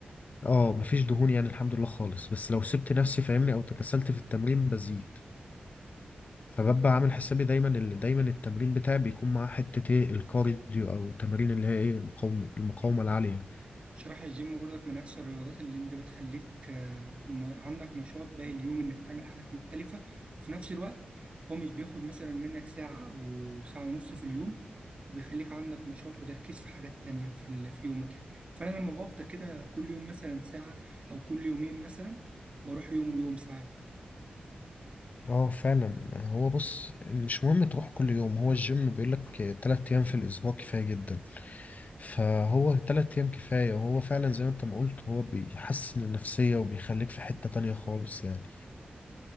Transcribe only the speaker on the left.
اه مفيش دهون يعني الحمد لله خالص بس لو سبت نفسي فاهمني او تكسلت في التمرين بزيد فببقى عامل حسابي دايما ال- دايما التمرين بتاعي بيكون معاه حته ايه الكارديو او التمارين اللي هي ايه مقاومه المقاومه العاليه
اه فعلا هو بص مش مهم تروح كل يوم هو الجيم بيقولك تلات ايام في الاسبوع كفاية جدا فهو تلات ايام كفاية وهو فعلا زي ما انت ما قلت هو بيحسن النفسية وبيخليك في حتة تانية خالص يعني